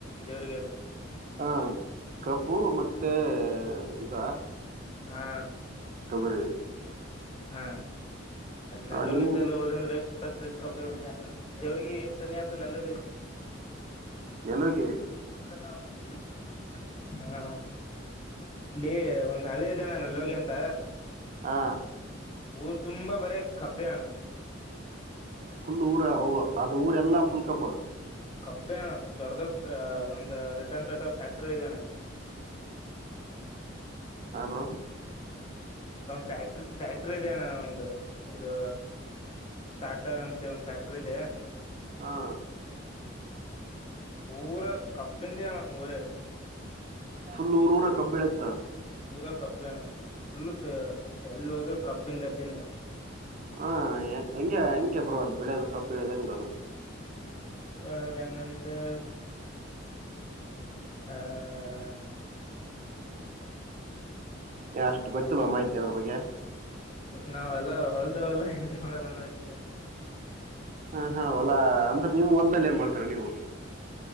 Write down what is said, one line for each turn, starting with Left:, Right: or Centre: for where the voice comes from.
Left: ಜೇವರಿಗೆಲ್ಲಿ
Right: ಹಾ ಕಬ್ಬು ಮತ್ತೆ ಇದ
Left: ಹಾ
Right: ತವರು
Left: ಹಾ ನಲ್ಲೋಗಿಿಸಲ
Right: ನಿಮ್
Left: ಹೋದಂದ್ರೆ ಎಷ್ಟ ಫಕ್ಟ್ರ ಜವ್ರಿಗೆ ಎಷ್ಟು ಸನಿ ಆತು ನಲ್ಲಗ ್ರೆ
Right: ಎಲುಗೆ
Left: ನಾವು ಬೆಕ್ಕಂತ ಇಲ್ಲಿ ಒಂದ್ ಹಳೆ ಇದನ ನಲ್ಲೋಗಿ ಅಂತ
Right: ಹಾ
Left: ಊರು ತುಂಬಾ ಬರೆ ಕಬ್ಬೆ ಅಣ್ಣಾ
Right: ಫುಲ್ ಊರ ಅವರು ಅದು ಊರ ಎಲ್ಲಾ ಫುಲ್ ಕಬ್ಬು
Left: ಕಬ್ಬೆಣ್ಣ ದೊಡ್ಡ ದೊಡ್ಡ ಒಂದು್ ರಟನ್ಟಟ ಫ್ಯಾಕ್ಟ್ರಿ ಇದದೆಣ್ಣ ಅಲ್ಲಿ
Right: ಅ ಬ್ರೋ
Left: ಫ್ಯಾಕ್ಟ್ರಿ ಫ್ಯಾಕ್ಟ್ರಿ ಇದ ಅಣ್ಣ ಒಂದು ಇದು ಟಾಟಾ ಅಂತ ಒಂದ್ ಫ್ಯಾಕ್ಟ್ರಿ ಇದೆ
Right: ಹಾ
Left: ಊರ ಕಬ್ಬಿಿಂದ ಆಣ ಊರ
Right: ಫುಲ್ ಊರ್ ಊರ ಕಬ್ಬಬೆಳೆಯುತ್ತ
Left: ಪೂ ರ ಕಬ್ಬಿಣ ಸುಳ್ಳು ಎಲ್ಲಿ ಹೋದ್ರೂ ಕಬ್ಬಿನ ಗದ್ದಿನೇ
Right: ಹಾ ಹೆಂಗೆ ಹೆಂಗೆ ಬ್ರೋ ಬೆಳೆಯೋದು ಕಬ್ ಬೆಳಿಯದು ಹೆಂಗದು
Left: ಬೆಳಯದ್ ಹೆಂಗಂದ್ರೆ ಹ್ಮ್
Right: ಅಷ್ಟು ಗೊತ್ತಲ್ ಮಾಹಿತಿ ಅದ್ರ ಬಗ್ಗೆ
Left: ನಾವ್ೆಲ್ಲ ಹೊಲ್ದಾವಲ್ಲ ಇ ಮಾಡಲ್ಲ ಅಷ್ಟೇ
Right: ಹಾ ಹಾ ಹೊಲಾ ಅಂದ್ರೆ ನೀವು ಹೊಲಲ್ದದಲ್ಲಿ ಏನ್ ಮಾಡ್ತರ ನೀವು